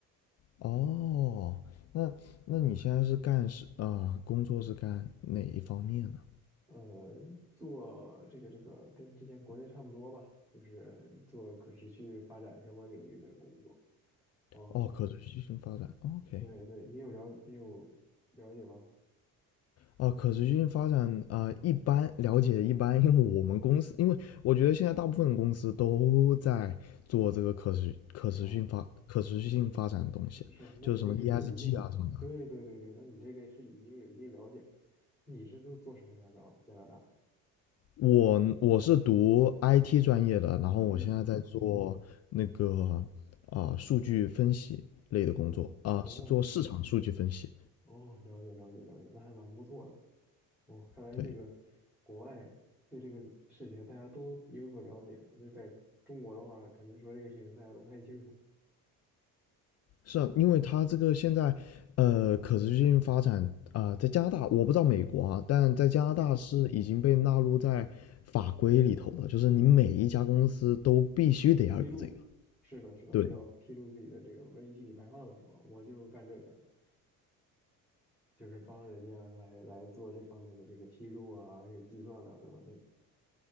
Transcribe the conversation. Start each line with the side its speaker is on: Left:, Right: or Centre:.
Left: 哦，那那你现在是干是啊、工作是干哪一方面呢？
Centre: 呃，做这个这个跟之前国内差不多吧，就是做可持续发展相关领域的工作。哦，
Left: 哦，可持续性发展哦，OK。
Centre: 对对，你有了你有了解吗？
Left: 哦，可持续性发展啊、一般了解一般，因为我们公司，因为我觉得现在大部分公司都在做这个可持可持续性发可持续性发展的东西，
Centre: 哦。是，那你就是有一定，
Left: 就是什么 ESG 啊什么的。
Centre: 对对对对，那你这个是已经有一定了解了。你是做做什么呀？在加拿大？
Left: 我我是读 IT 专业的，然后我现在在做那个啊、
Centre: 嗯嗯，
Left: 数据分析类的工作啊、
Centre: 哦哦
Left: 是做市场数据分析。
Centre: 哦，了解了解了解，那还蛮不错的。哦，看来这个国外对这个事情大家都有所了解，
Left: 对，
Centre: 因为在中国的话，感觉说这个事情大家都不太清楚。
Left: 是啊，因为它这个现在呃可持续性发展啊、在加拿大我不知道美国啊，但在加拿大是已经被纳入在法规里头的，
Centre: 嗯，
Left: 就是你每一家公司都必须得要有这个。
Centre: 披露，是的，是的，
Left: 对，
Centre: 要披露自己的这个温室气体排放的情况，我就是干这个的。就是帮人家来来做这方面的这个披露啊，还有计算啊等等这种。